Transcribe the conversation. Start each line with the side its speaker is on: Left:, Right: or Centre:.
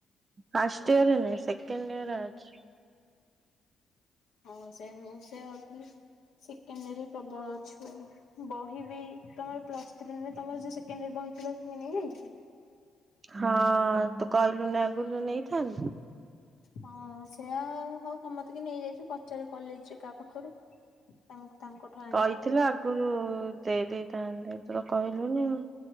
Right: ଫାଷ୍ଟୟରେ ନାଇ ସେକେଣ୍ଡଇୟର୍ ଅଛି।
Left: ହଁ ସେ ମୁଁ ସେ ଭାବୁଥିଲି ସେକେଣ୍ଡଇୟର ବି ପ୍ରବଳ ଅଛି ବୋଲି ବହି ବି ତମର ପ୍ଲସ୍ ଥ୍ରୀରେ ତମର ଯଉ ସେକେଣ୍ଡ ଇୟର ବହିଥିଲା ସେକିଏ ନେଇଯାଇଛି?
Right: ହଁ ତୁ କହିଲୁନି ଆଗରୁ ତୁ ନେଇଥାନ୍ତୁ?
Left: ହଁ ସେଇୟା ହଉ ତମତେ କିଏ ନେଇଯାଇଛି ପଚାରେ କଲେଜରେ କା ପାଖରୁ। ତା ତାଙ୍କଠୁ ଆ
Right: କହିଥିଲେ ଆଗରୁ ଦେଇ ଦେଇେଇଥାନ୍ତି ତୁ ତ କହିଲୁନି ଆଉ।